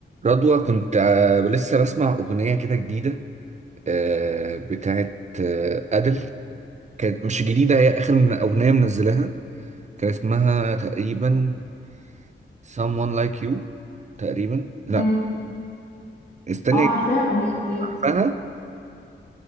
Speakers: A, on the right (about 35°); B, on the left (about 55°).
A: رضوى كنت آه، لسه بسمع أغنية كده جديدة آه، بتاعت آه، أدل كانت مش جديدة هي آخر من أغنية منزلها كان اسمها تقريبا Someone Like You تقريبا لا
B: مم.
A: استني
B: اه عارفاها الاغنيه دي
A: أفهمها